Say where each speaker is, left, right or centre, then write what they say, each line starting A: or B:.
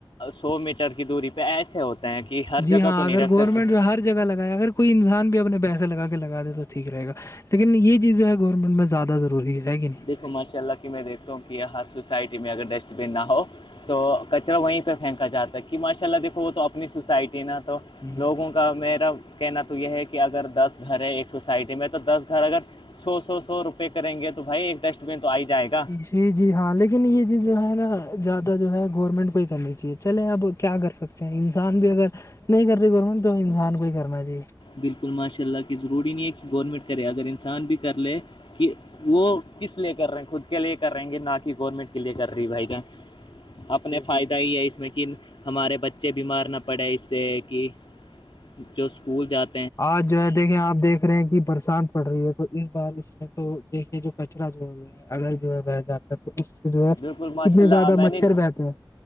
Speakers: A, on the left; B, on the left.
A: سو میٹر کی دوری پہ ایسے ہوتے ہیں کہ ہر
B: جی
A: جگہ
B: ہاں
A: تو نہیں
B: اگر
A: رکھ
B: گورنمنٹ
A: سکتے
B: جو ہر جگہ لگایا اگر کوئی انسان بھی اپنے پیسے لگا کے لگا دے تو ٹھیک رہ گا لیکن یہ جو چیز ہے گورنمنٹ میں زیادہ ضروری ہے کہ نہیں
A: دیکھو ماشاء اللہ میں دیکھتا ہوں کہ ہر سوسائٹی میں اگر ڈسٹ بین نہ ہو تو کچرا وہیں پہ پھینکا جاتا ہے کہ ماشاء اللہ دیکھو وہ تو اپنی سوسائٹی نا تو
B: ہوں
A: لوگوں کو کا میرا کہنا تو یہ ہے کہ اگر دس گھر ہے ایک سوسائٹی میں تو دس گھر اگر سو سو سو روپئے کریں گے تو بھائی ایک ڈسٹ بن تو آ ہی جائے گا
B: جی جی ہاں لیکن یہ چیز جو ہے نا زیادہ جو ہے گورنمنٹ کو ہی کرنی چاہیے چلیں اب کیا کر سکتے ہیں انسان بھی اگر نہیں کرتے گورنمنٹ تو انسان کو ہی کرنا چاہیے
A: بالکل ماشاء اللہ کی ضروری نہیں ہے کہ گورنمنٹ کرے اگر انسان بھی کر لے کہ وہ کس لیے کر رہے ہیں خود کے لیے کر رہیں گے نہ کہ گورنمنٹ لیے کر رہی بھائی جان اپنے
B: جی
A: فائدہ
B: جی
A: ہی ہے اس میں ہمارے بچے بیمار نہ پڑے اس سے کہ جو اسکول جاتا
B: آج جو ہے دیکھیں آپ دیکھ رہے ہیں کہ برساتات پڑ رہی ہے تو اس بار اس میں تو دیکھیے جو کچرا جو ہے ہے اگر جو ہے بہ جاتا ہے تو اس سے جو ہے
A: بالکل ماشاء
B: کتنے
A: اللہ
B: زیادہ
A: میں
B: مچھر
A: نے
B: بہتے ہیں